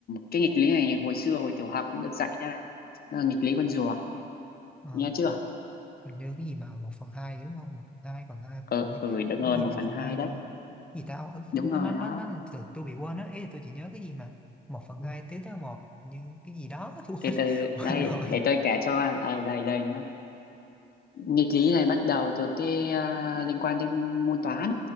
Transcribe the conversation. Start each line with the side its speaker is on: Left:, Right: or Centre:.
Left: cái nghịch lý này hồi xưa hồi tiểu học cũng được dạy nha Nó là nghịch lý con rùa
Centre: Ờ,
Left: nghe chưa
Centre: hình như cái gì mà một phần hai đúng không một phần hai phần hai
Left: ừ,
Centre: hình như
Left: ừ đúng rồi
Centre: cái gì
Left: một
Centre: một
Left: phần
Centre: phần
Left: hai
Centre: hai
Left: đấy
Centre: không à gì ta Ờ,
Left: đúng
Centre: nó
Left: rồi
Centre: nó nó,
Left: đó
Centre: nó từ tôi bị quên á ý là tôi chỉ nhớ cái gì mà một phần Ừ. hai tiến tới một như cái gì đó <laughs> tôi
Left: từ
Centre: quên
Left: từ
Centre: quên
Left: đây
Centre: rồi
Left: để tôi kể cho đây đây đây nhá nghịch lý này bắt đầu từ cái à, liên quan đến môn toán